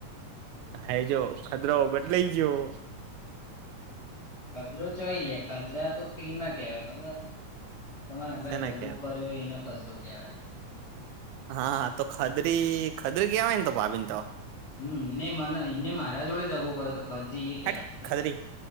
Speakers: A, on the right (about 80°); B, on the left (about 40°).
A: હા જો ખદરો બદલાઈ ગયો
B: ખધરું ચોય લે ખધરા તો કી ના કેવાય ખબર તમારે હંગાંથ
A: શેને
B: દગું
A: કેવાય
B: કર્યો હોય એનો ખદરો કેવાય
A: હા તો ખધરી ખધરી કવાય ને તો ભાભીને તો?
B: હમ એને મને એને મારા જોડે દગો કર્યો તો ખાધરી એ કેહેવાય
A: હટ ખદરી